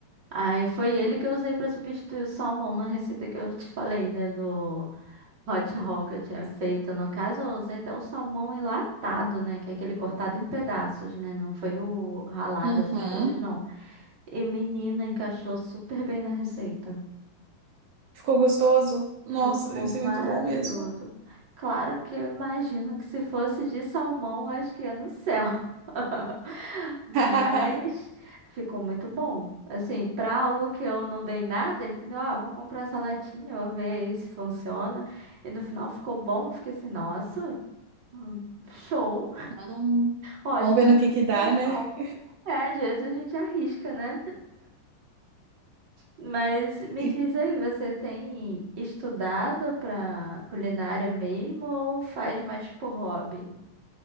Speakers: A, on the right (about 35°); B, on the right (about 90°).
A: Aí foi ele que eu usei pra substituir o salmão na receita que eu te falei, né? Do hot roll que eu tinha feito. No caso, eu usei até o salmão enlatado, né? Que é aquele cortado em pedaços, né? Não foi o ralado,
B: Uhum.
A: essas coisas, não. E menina, encaixou super bem na receita.
B: Ficou gostoso? Nossa,
A: Ficou
B: deve ser
A: maravilhoso.
B: muito bom mesmo.
A: Claro que eu imagino que se fosse de salmão, acho que ia no céu. <laughs> Mas
B: <laughs>
A: ficou muito bom. Assim, pra algo que eu não dei nada, entendeu? Ah, vou comprar essa latinha, vou ver aí se funciona. E no final ficou bom. Eu fiquei assim, nossa, hum, show,
B: Hum.
A: ótima
B: Vamos ver no que
A: construção.
B: que dá, né?
A: É, às vezes a gente arrisca, né? Mas me
B: E
A: diz aí, você tem estudado pra culinária mesmo ou faz mais por hobby?